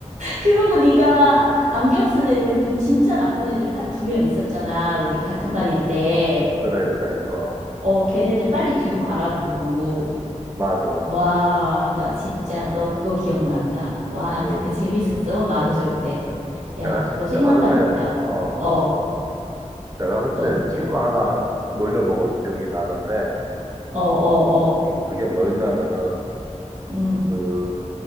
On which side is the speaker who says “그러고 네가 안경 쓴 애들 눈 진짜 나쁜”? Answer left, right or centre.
Right